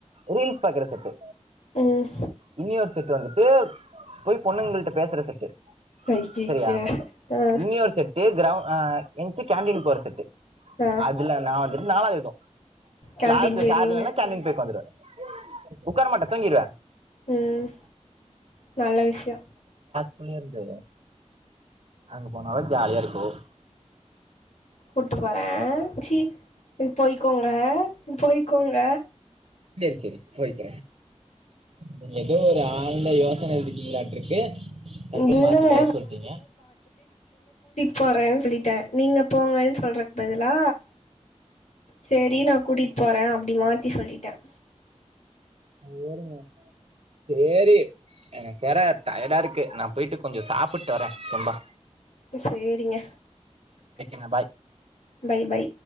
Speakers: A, on the right; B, on the left.
A: ரீல்ஸ் பாக்கற செட்டு
B: ம்
A: இன்னி ஒரு செட் ட்டு வந்துட்டு போய் பொண்ணுங்கள்ட்ட பேசற செட்டு
B: ஐய்யய்ய
A: செரியா
B: ஆ
A: இன்னி ஒரு செட் இப்ப கிராம ஆ என்ட்டு கேண்டீன் போறதுக்கு
B: ஆ
A: அதுல நா வந்துட்டு நாலாவது னோ
B: கேன்டீன்
A: க்ளாஸ்ல
B: போயிருவீங்க
A: சார் இல்லனா கேன்டீன் போயி ஒக்காந்துருவ ஒக்காரமாட்டே தூங்கிருவே
B: ம் நல்ல விஷியம்
A: குள்ளே இருந்து அங்க போனா தா ஜாலியா இருக்கும்
B: கூட்டுபோறன் சி இ போயிக்கோங்க போயிக்கோங்க
A: சரி சரி போய்க்கிறேன் நீங்க எதோ ஒரு ஆழ்ந்த யோசனைல இருக்கீங்ளாட்டுருக்கு டப்புன்
B: இல்லங்க
A: மாத்தி பதில் சொல்டீங்க
B: போறன் சொல்லிட்டன் நீங்க போங்கன் சொல்றக்கு பதிலா சேரி நா கூட்டிட் போறன் அப் டி மாத்தி சொல்லிட்டன்
A: சேரிங்க‌ சேரி எனக்கு வேற டயடா இருக்கு நா போயிட்டு கொஞ்சம் சாப்பட்டு வரேன் தெம்பா
B: இப்ப சேரிங்க
A: வைக்கிறே பாய்
B: பை பை